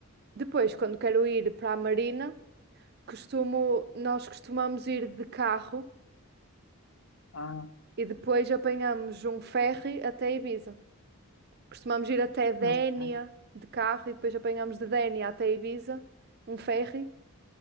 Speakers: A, on the right (about 45°); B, on the left (about 65°).
A: Depois, quando quero ir para a Marina, costumo, nós costumamos ir de carro
B: Ah.
A: e depois apanhamos um ferry até Ibiza. Costumamos ir até Dénia
B: Não, cara.
A: de carro e depois apanhamos de Dénia até Ibiza, um ferry,